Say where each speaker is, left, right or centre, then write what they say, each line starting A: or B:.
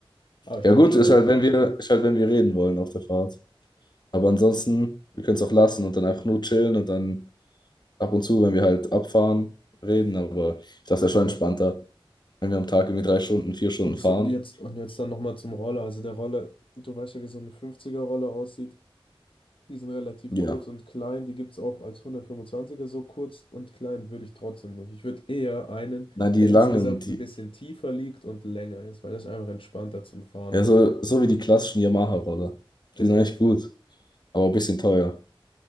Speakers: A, on the left; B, on the left.
A: aber ich
B: Ja
A: denke
B: gut,
A: schon.
B: ist halt, wenn wir, ist halt, wenn wir reden wollen auf der Fahrt. Aber ansonsten, wir können es auch lassen und dann einfach nur chillen und dann ab und zu, wenn wir halt abfahren, reden. Aber ich dachte, es ist
A: Ja.
B: schon entspannter, wenn wir am Tag irgendwie drei Stunden, vier Stunden
A: Und
B: fahren.
A: so, jetzt, und jetzt dann nochmal zum Roller. Also der Roller, du weißt ja, wie so ein 50er-Roller aussieht. Die sind relativ
B: Ja.
A: kurz und klein. Die gibt es auch als 125er so kurz und klein würde ich trotzdem nicht. Ich würde eher einen,
B: Nein, die
A: der
B: langen,
A: insgesamt
B: die,
A: ein bisschen tiefer liegt und länger ist, weil das ist einfach entspannter zum Fahren,
B: ja,
A: wirklich.
B: so, so wie die klassischen Yamaha-Roller.
A: Genau.
B: Die sind eigentlich gut, aber ein bisschen teuer.